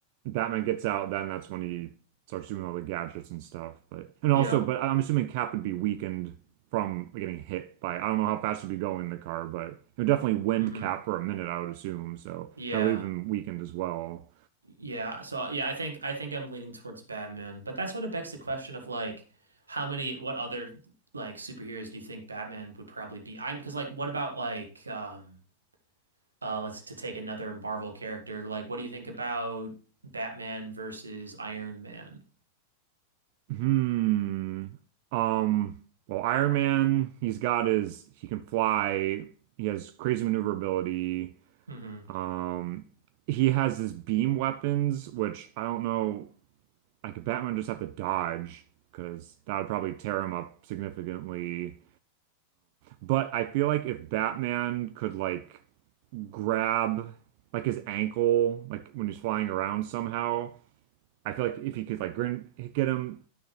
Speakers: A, on the right; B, on the right.
A: Batman gets out, then that's when he starts doing all the gadgets and stuff. But and
B: yeah.
A: also, but I'm assuming Cap would be weakened from getting hit by. I don't know how fast he'd be going in the car, but it would definitely wind
B: hmm
A: Cap for a minute, I would assume. So
B: Yeah.
A: that'll leave him weakened as well.
B: Yeah. So yeah, I think I think I'm leaning towards Batman, but that sort of begs the question of like how many what other like superheroes do you think Batman would probably be? I'm because like what about like um uh let's to take another Marvel character, like what do you think about Batman versus Iron Man?
A: Hmm. Um. Well, Iron Man, he's got his. He can fly. He has crazy maneuverability.
B: Mm-hmm.
A: Um. He has his beam weapons, which I don't know. like Batman just have to dodge because that would probably tear him up significantly. But I feel like if Batman could like grab like his ankle, like when he's flying around somehow, I feel like if he could like grin- get him